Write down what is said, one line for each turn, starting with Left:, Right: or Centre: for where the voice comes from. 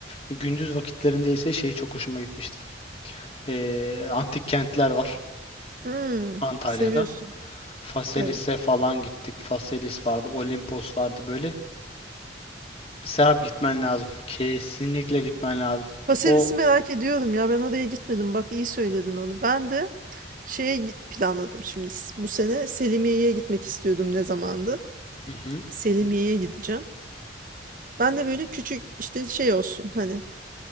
Left: Gündüz vakitlerinde ise şey çok hoşuma gitmişti. Ee, antik kentler var
Right: Hmm,
Left: Antalya'da.
Right: seviyorsun.
Left: Faselis'e
Right: Evet.
Left: falan gittik. Faselis vardı, Olimpos vardı böyle. Serap gitmen lazım. Kesinlikle gitmen lazım.
Right: Paselis'i
Left: O
Right: merak ediyorum ya. Ben oraya gitmedim. Bak iyi söyledin onu. Ben de şeye git- planladım şimdi. s- Bu sene Selimiye'ye gitmek istiyordum ne zamandır.
Left: Hı hı.
Right: Selimiye'ye gideceğim. Ben de böyle küçük işte şey olsun hani